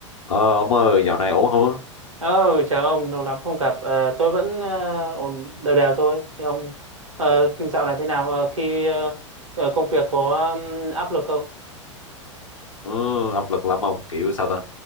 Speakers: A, on the left; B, on the right.
A: Ờ, ông ơi, dạo này ổn không á?
B: Ờ, chào ông, lâu lắm không gặp. Ờ, tôi vẫn ờ, ổn đều đều thôi. Thì ông ờ, dạo này thế nào? Ờ, khi ờ, ờ, công việc có ừm, áp lực không?
A: Ừ, áp lực lắm ông, kiểu sao ta?